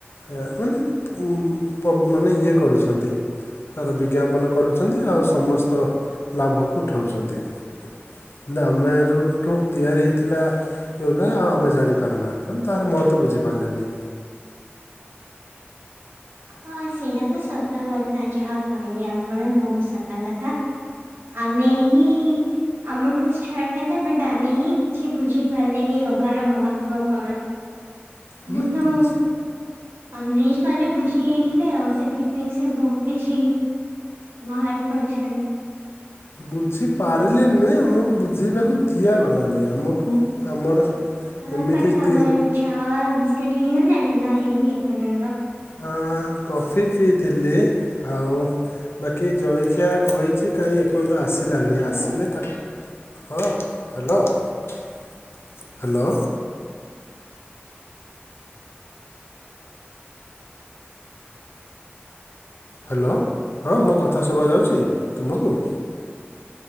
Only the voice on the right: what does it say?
ହଁ ସେଇରା ତ ସତ କଥା ଯାହା କହିଲେ ଆପଣ ବହୁତ ସତ କଥା। ଆମେ ହିଁ ଆମଠୁ ଷ୍ଟାର୍ଟ ହେଲା ବଟ ଆମେ ହିଁ କିଛି ବୁଝିପାରିଲେନି ୟୋଗାର ମହତ୍ଵ କଣ?
କିନ୍ତନ
ଅଂଙ୍ଗ୍ରେଜ ମାନେ ବୁଝି ଜିଯାଇଥିଲେ ଆଉ ସେଥିପାଇଁ ସେ ବୋହୁତ କିଛି ବାହାର କରିଛନ୍ତି।
ଆଉ
କଣ ଖବର
ଛା ବିସ୍କିଟ୍ ହେଇଗଲାଣି ନା ହେଇନି ଏପର୍ୟ୍ଯନ୍ତ।
ହ୍ୟାଲୋ